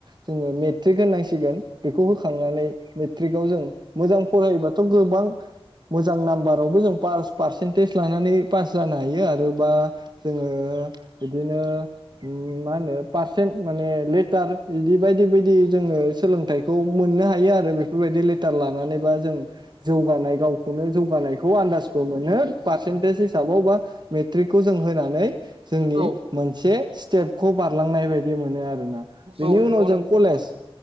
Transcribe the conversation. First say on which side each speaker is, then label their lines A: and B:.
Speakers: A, on the right (about 50°); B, on the right (about 70°).
A: जोङो मे ट्रेक होनांसिगोन बेखौ हो थांनानै मेट्रिकआव जों मोजां फरायोबाथ' गोबां मोजां नाम्बारावबो जों पास पारसेन्टेज लानानै पास जानो हायो आरो दा जोङो बिदिनो मा होनो सेन माने लेटार बिदि बायदि बायदि जोङो सोलोंथाइखौ मोननो हायो आरो बेफोर बायदि लेटार लानानैबा जों जौगानाय गावखौनो जौगानायखौ आन्दाजबो मोनो पारसेन्टेज हिसाबाव बा मेट्रिकखौ जों होनानै नै जोंनि
B: औ
A: मोनसे स्टेपखौ बारलांनाय बायदि। बि मोनो आरोना बिनि
B: औ
A: उनाव
B: नंगौ
A: जों
B: नोंथां
A: कलेज